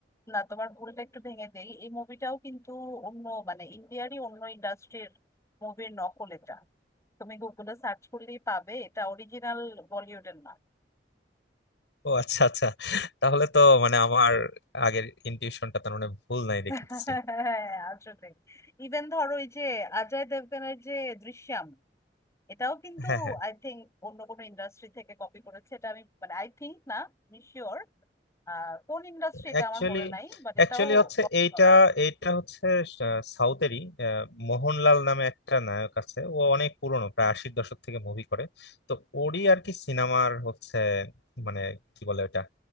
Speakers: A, on the left (about 15°); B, on the left (about 85°).
A: না তোমার ভুলটা একটু ভেঙে দেই এই মুভিটাও কিন্তু অন্য মানে ইন্ডিয়ারই অন্য ইন্ডাস্ট্রির মুভির নকল এটা তুমি গুগলে সার্চ করলেই পাবে এটা অরিজিনাল বলিউডের না
B: ও আচ্ছা আচ্ছা তাহলে তো মানে আমার আগের ইনটিউশনটা তার মানে ভুল নাই
A: <laughs>
B: দেখতেছি
A: হ্যাঁ, আসলে ইভেন ধরো এই যে অজয় দেবগনের যে দৃশ্যম এটাও কিন্তু
B: হ্যাঁ হ্যাঁ
A: আই থিংক অন্য কোনো ইন্ডাস্ট্রি থেকে কপি করেছে এটা আমি মানে আই থিংক না আমি শিওর কোন ইন্ডাস্ট্রি এটা
B: অ্যাকচুয়ালি
A: আমার মনে নাই বাট
B: অ্যাকচুয়ালি
A: এটাও
B: হচ্ছে
A: কপি
B: এইটা
A: করা
B: এইটা হচ্ছে আহ, সাউথেরই আহ, মোহনলাল নামে একটা নায়ক আছে ও অনেক পুরনো প্রায় আশির দশক থেকে মুভি করে তো ওরই আর কি সিনেমার হচ্ছে মানে কি বলে ওটা